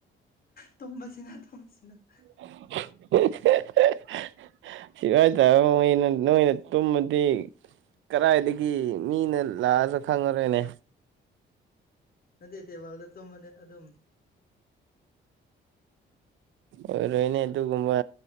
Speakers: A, on the left; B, on the right.
A: ꯇꯨꯝꯕꯁꯤꯅ ꯇꯨꯝꯕꯁꯤꯅ
B: <unintelligible> ꯁꯤꯒꯏꯇꯥꯔ ꯃꯣꯏꯅ ꯅꯣꯏꯅ ꯇꯨꯝꯃꯗꯤ ꯀꯗꯥꯏꯗꯒꯤ ꯃꯤꯅ ꯂꯥꯛꯑꯁꯨ ꯈꯪꯉꯔꯣꯏꯅꯦ
A: ꯅꯠꯇꯦ ꯇꯦꯕꯥꯜꯗ ꯇꯨꯝꯕꯅꯦ ꯑꯗꯨꯝ
B: ꯑꯣꯏꯔꯣꯍꯤꯅꯦ ꯑꯗꯨꯒꯨꯝꯕ